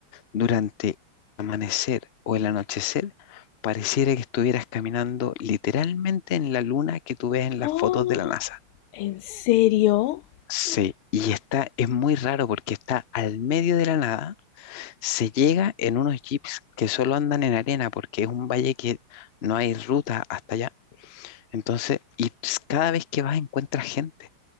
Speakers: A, on the left; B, on the left.
A: Durante el amanecer o el anochecer, pareciera que estuvieras caminando literalmente en la luna que tú ves en las
B: Ah,
A: fotos de la NASA.
B: ¿en serio?
A: Sí, y está, es muy raro porque está al medio de la nada, se llega en unos jeeps que solo andan en arena porque es un valle que no hay ruta hasta allá. Entonces, y ps- cada vez que vas encuentras gente.